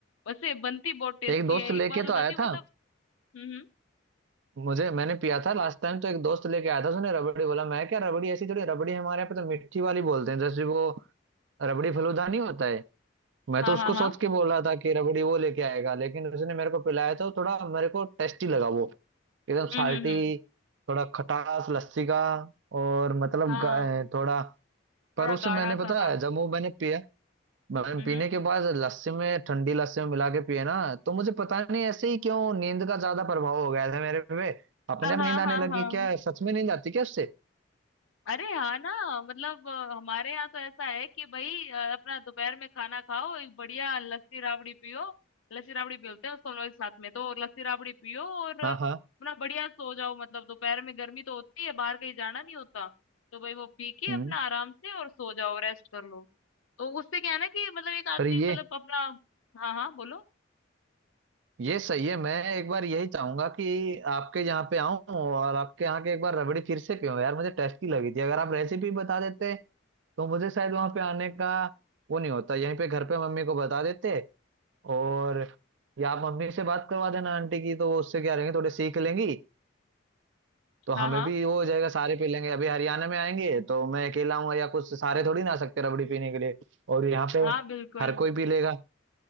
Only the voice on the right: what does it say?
एक दोस्त
लेके
तो आया
था
मुझे मैंने पिया था लास्ट टाइम तो एक दोस्त लेके आया था उसने रबड़ी बोला मैं क्या रबड़ी ऐसी थोड़ी रबड़ी हमारे यहाँ पे तो मिट्टी वाली बोलते हैं जैसे वो रबड़ी फलूदा नहीं होता है मैं
तो उसको
सोच के बोल रहा था कि रबड़ी वो लेके आएगा लेकिन उसने मेरे को पिलाया तो थोड़ा मेरे को टेस्टी लगा वो एकदम
साल्टी
थोड़ा खटास लस्सी का और मतलब
ग- थोड़ा पर
उसे
मैंने
पता
है जब वो मैंने पिया मैम
पीने
के बाद लस्सी में ठंडी लस्सी में मिला के पिए ना तो मुझे पता नहीं ऐसे ही क्यों नींद का ज्यादा प्रभाव हो गया था मेरे पे अपने
आप
नींद आने
लगी
क्या है? सच में नींद आती क्या उससे
हाँ हाँ
हम्म
पर ये
ये सही है मैं एक बार यही चाहूंगा कि आपके यहाँ पे आऊं और आपके यहाँ के एक बार रबड़ी फिर से पीऊं यार मुझे टेस्टी लगी थी अगर आप रेसिपी बता देते तो मुझे शायद वहां पे आने का वो नहीं होता यहीं पे घर पे मम्मी को बता देते और या आप मम्मी से बात करवा देना आंटी की तो वो उससे क्या रहेंगे थोड़े सीख लेंगी तो
हमें
भी वो हो जाएगा सारे पी लेंगे अभी हरियाणा में आएंगे तो मैं अकेला आऊंगा या कुछ सारे थोड़ी ना आ सकते रबड़ी पीने के लिए और यहाँ पे
हर कोई पी लेगा